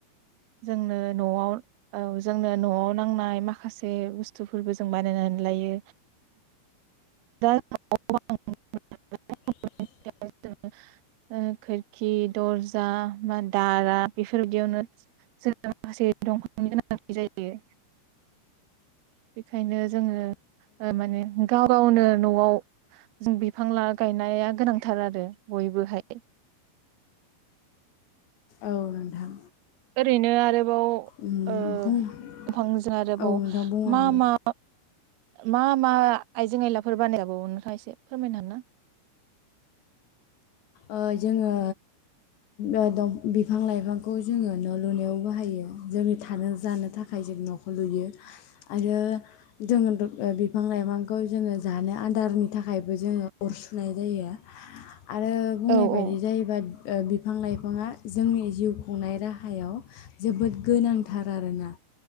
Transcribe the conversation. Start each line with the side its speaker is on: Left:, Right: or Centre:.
Right: जोंनो न'आव औ जोंनो न'आव नांनाय माखासे बुस्थुफोरबो जों बानायनानै लायो। <unintelligible>
Left: <inaudible>
Right: <unintelligible> ओ खोरखि दरजा <unintelligible> बेफोर बायदियावनो <unintelligible> बेखायनो जोंङो ओ माने गाव गावनो न'आव जों बिफां लागायनाया गोनांथार आरो बयबोहाय
Left: औ नोंथां
Right: ओरैनो आरोबाव
Left: औ नोंथां
Right: ओ
Left: बुं औ
Right: दंफांजों आरोबाव
Left: नोंथां बुंलांदो
Right: मा मा मा मा आइजें आयलाफोर बानायजाबावो नोंथाङा एसे फोरमायनो हागोनना?
Left: ओ जोङो ओ दं बिफां लाइफांखौ जोङो न' लुनायावबो बाहायो जोंनि थानो जानो थाखाय जों न' खौ लुयो आरो जोङो द ओ बिफां लाइफांखौ जोङो जानो आदारनि थाखायबो जोङो अर सुनाय जायो। आरो बुंनाय
Right: औ औ
Left: बायदि जायोबा ओ बिफां लाइफाङा जोंनि जिउ खुंनाय राहायाव जोबोद गोनांथार आरोना?